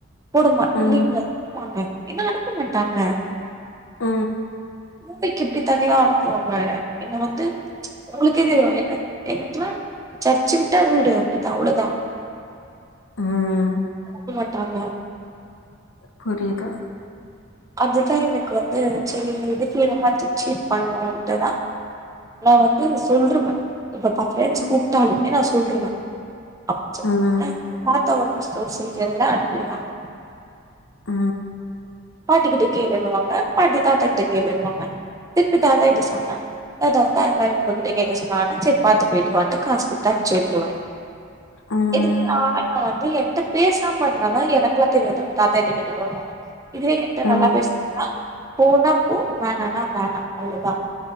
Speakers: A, on the right (about 15°); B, on the left (about 70°).
A: போட மாட்
B: ம்,
A: லீவ்லலா போமாட்டே ஏனா அனுப்ப மாட்டாங்க
B: ஆ
A: மும்பைக்கு எப்டி தனியா அனுப்புவாங்க என்ன வந்து ஒங்களுக்கே தெரியு என்ன எங்கிட்லா சர்ச்சு விட்டா வீடு அப்டிதா அவ்ளோதா
B: ம்
A: விட மாட்டாங்க
B: புரிது
A: அதுதா எனக்கு வந்து சரி எதுக்கு ஏமாத்தி சீட் பண்ணுட்டுதா நா வந்து சொல்றுவே இப்ப பத் பிரண்ட்ஸ்
B: ம்,
A: கூப்ட்டாலுமே நா சொல்றுவே <inaudible> <unintelligible>
B: ம், ம்,
A: இருந்தா அனுப்பிடுவாங்க
B: ஆ
A: பாட்டிக்கிட்ட கேளுனுவாங்க பாட்டி தாத்தா கிட்ட கேளுன்வாங்க திருப்பி தாத்தா கிட்ட சொன்னா தாத்தா வந்து என்ன இவுங்ககிட்டே கேக்க சொல்வாங்க செரி பாத்து போய்ட்டு வான்ட்டு காசு குத் அம்ச்சு விட்ருவாங்க
B: ம்.
A: <unintelligible> ஏங்கிட்ட பேசாம இர்ந்நா தா எனக்குல்லா தெரியாது உ தாத்தாகிட்ட கேட்டுக்கோனு வாங்க இதே எ <inaudible> கிட்ட
B: ம்,
A: நல்லா பேசுநாங்கனா போனா போ வேணனா வேணா அவ்ளோதா